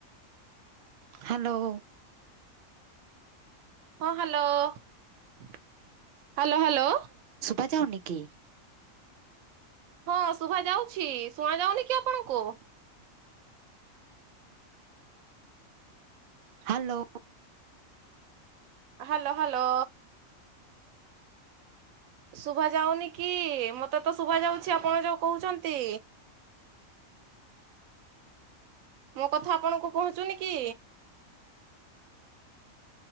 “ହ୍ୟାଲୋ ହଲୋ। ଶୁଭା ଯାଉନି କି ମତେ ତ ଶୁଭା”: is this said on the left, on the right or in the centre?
Right